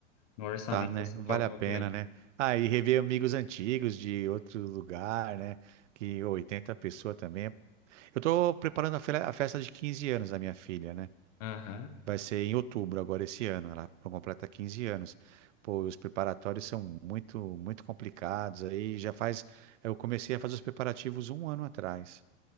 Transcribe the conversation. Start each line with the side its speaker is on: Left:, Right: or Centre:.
Left: no orçamento
Right: tá, né?
Left: assim
Right: Vale
Left: que eu calculei.
Right: a pena, né? Ah, e rever amigos antigos de outro lugar, né? Que ô, 80 pessoas também. Eu tô preparando a fe- a festa de 15 anos da minha filha, né?
Left: Aham.
Right: Vai ser em outubro agora esse ano. Ela completa 15 anos. Pô, os preparatórios são muito, muito complicados. Aí já faz. Eu comecei a fazer os preparativos um ano atrás.